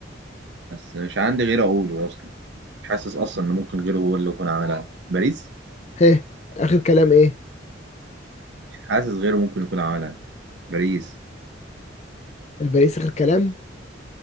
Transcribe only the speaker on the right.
بس مش عندي غير اقوله اصلا مش حاسس اصلا ان ممكن غيره هو اللي يكون عملها باريس
مش حاسس غيره ممكن يكون عملها باريس